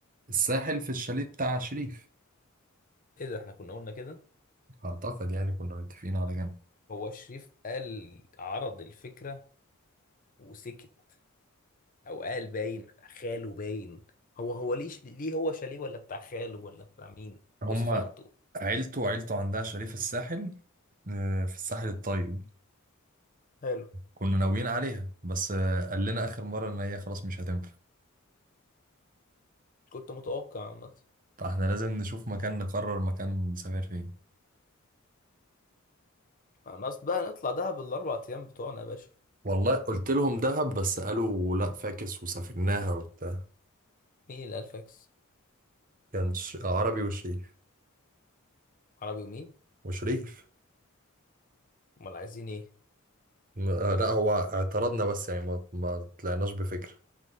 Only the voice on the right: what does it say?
الساحل في الشاليه بتاع شريف
اعتقد يعني كنا متفقين على كده
هم
عيلته وعيلته عندها شاليه في الساحل آه، في الساحل الطيب
كنا ناويين عليها بس آه، قال لنا آخر مرة إن هي خلاص مش هتنفع
فاحنا لازم نشوف مكان نقرر مكان نسافر فين
والله قلت لهم دهب بس قالوا لا فاكس وسافرناها وبتاع
كان ش- عربي وشريف
وشريف
م- آه، لا هو اعترضنا بس يعني ما ما طلعناش بفكرة